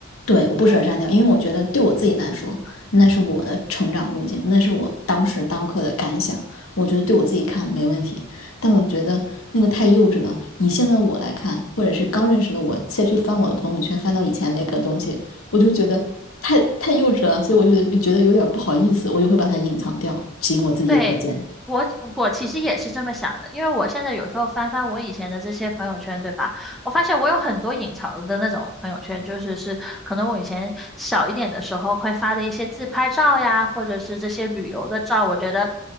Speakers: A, on the left; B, in the centre.
A: 对，我不舍得删掉，因为我觉得对我自己来说，那是我的成长路径，那是我当时当刻的感想。我觉得对我自己看没问题，但我觉得那个太幼稚了。以现在我来看，或者是刚认识的我，再去翻我的朋友圈，翻到以前那个东西，我就觉得太太幼稚了，所以我就觉得有点不好意思，我就会把它隐藏掉，仅我自己可见。
B: 对，我我其实也是这么想的，因为我现在有时候翻翻我以前的这些朋友圈，对吧？我发现我有很多隐藏的那种朋友圈，就是是可能我以前小一点的时候会发的一些自拍照呀，或者是这些旅游的照，我觉得，